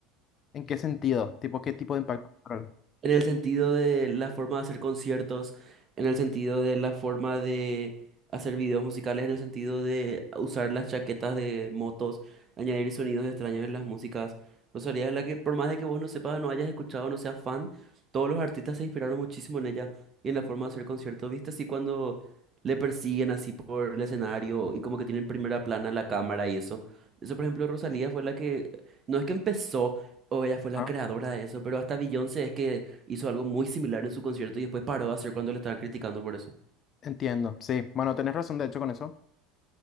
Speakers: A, on the left; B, on the right.
A: ¿en qué sentido? ¿Tipo qué tipo de impacto cultural?
B: En el sentido de la forma de hacer conciertos, en el sentido de la forma de hacer videos musicales, en el sentido de usar las chaquetas de motos, añadir sonidos extraños en las músicas. Rosalía es la que, por más de que vos no sepas, no hayas escuchado, no seas fan, todos los artistas se inspiraron muchísimo en ella y en la forma de hacer conciertos. ¿Viste así cuando le persiguen así por el escenario y como que tienen primera plana la cámara y eso? Eso, por ejemplo, Rosalía fue la que, no es que empezó, o ella fue la
A: Ah,
B: creadora de eso, pero hasta Beyoncé es que hizo algo muy similar en su concierto y después paró de hacer cuando le estaban criticando por eso.
A: Entiendo, sí. Bueno, tenés razón de hecho con eso.